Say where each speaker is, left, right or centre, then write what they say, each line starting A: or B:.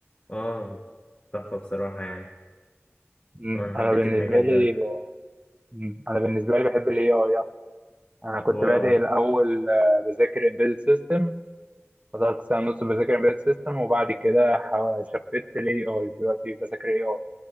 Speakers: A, on the left; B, on the right.
A: أه تحفة بصراحة يعني
B: مم.
A: آه، أنا حبيت
B: انا بالنسبه
A: المجال
B: لي
A: ده
B: مم. انا بالنسبه لي بحب الاي اي اكتر انا كنت
A: واو
B: بادئ الاول آه، بذاكر امبيدد سيستم فضلت سنه ونص بذاكر امبيدد سيستم وبعد كده حو- شفت الاي اي دلوقتي بذاكر اي اي